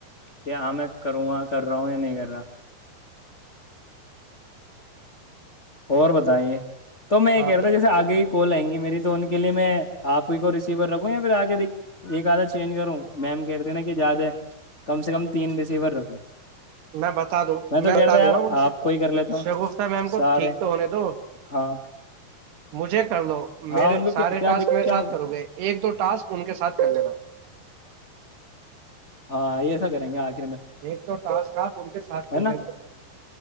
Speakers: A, on the left; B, on the right.
A: کیا ہاں میں کروں کر رہا ہوں یا نہیں کر رہا اور بتائیں تو میں یہ
B: ہاں
A: کہہ رہ تھا جیسےگے ہی کو لئیں گی میری تو ان کے لیے میں آپ ہی کو ریسیور رکھوں یا پھر آگ کے د ایک آدھا چینج کروں میم کہتے نا کہ زیادہ کم سے کم تین ریسیور رکھو
B: میں بتا دوں
A: میں تو کہتا
B: بتا
A: یار
B: دوں گا ان سے
A: آپ کوئی کر لیتا ہ
B: شگفتہ میم
A: سارے
B: کو ٹھیک ہونے دو
A: ہاں
B: مجھے کر لو
A: ہاں
B: میرے
A: ان کو کیا
B: سارے
A: کیا
B: ٹسک
A: کیا
B: میرے ساتھ
A: ہو
B: کرو گے ایک دو ٹاسک ان کے ساتھ کر لینا
A: ہاں یہ سا کریں گے آج
B: ایک دو ٹاسک آپ ان کے ساتھ
A: ہے
B: کرنے
A: نا